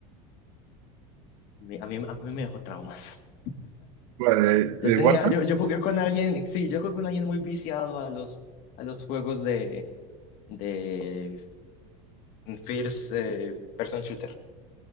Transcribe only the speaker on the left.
Me- A mí, a mí me dejó traumas.
Yo
tenía,
yo, yo jugué con alguien, sí, yo jugué con alguien muy viciado a los, a los juegos de, de First eh, Person Shooter,